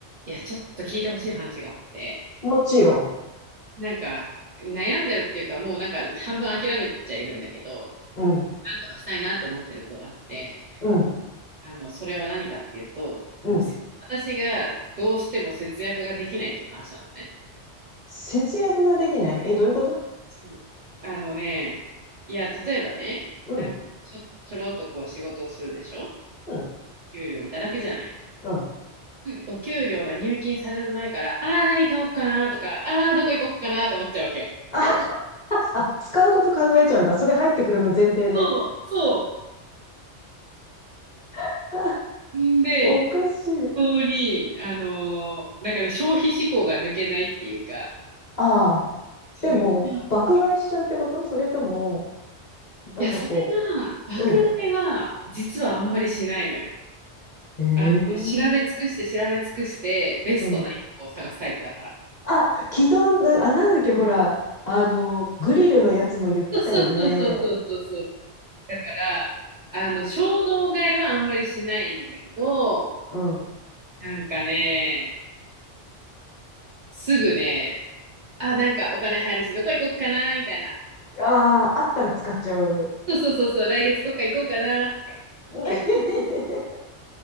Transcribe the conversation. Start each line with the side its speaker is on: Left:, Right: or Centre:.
Right: いや、ちょっと聞いてほしい話があって、
Left: もちろん。
Right: なんか悩んでるっていうか、もうなんか半分諦めちゃいるんだけど、
Left: うん、
Right: なんとかしたいなって思ってることがあって、
Left: うん、
Right: あの、それは何かっていうと、
Left: うん。
Right: あの、せ私がどうしても節約ができないっていう話なのね。
Left: 節約ができない。え、どういうこと
Right: そうあのね、いや、例えばね、
Left: うん、
Right: なんかちょ、ちょろっとこう仕事をするでしょ
Left: うん、
Right: 給料いただくじゃない。
Left: うん。
Right: お給料が入金される前から、ああー、何買おうかなとか、ああー、どこ行こうかなって思っちゃうわけよ。
Left: あ、あ、使うこと考えちゃうんだ。それ入ってくるの前提で。
Right: そう、そう、
Left: <laughs> あ
Right: んで、
Left: おかしい。
Right: 一通にあのーなんかね、消費志向が抜けないっていうか、
Left: ああ、
Right: そう、
Left: でも、
Right: なんでしょ
Left: 爆買いしちゃうってことそれとも、なんかこ
Right: ういや、それが、爆買いは、
Left: う、うん。
Right: 実はあんまりしないのよ。
Left: ええ
Right: あの、調べ尽くして、調べ尽くして、ベストな一個を探すタイプだから。
Left: うん。あ、昨日な、あ、なんだっけ、ほら、あの、グリルのやつも言ってたよね。
Right: そうそうそうそうそうそうそう。だから、あの、衝動買いはあんまりしないんだけど、
Left: うん。
Right: なんかね、すぐね、あ、なんかお金入るし、どこ行こうかな、みたいな。
Left: ああ、あったら使っちゃう。
Right: そうそうそうそう、来月どっか行こうかな、とか。
Left: <laughs>
Right: 結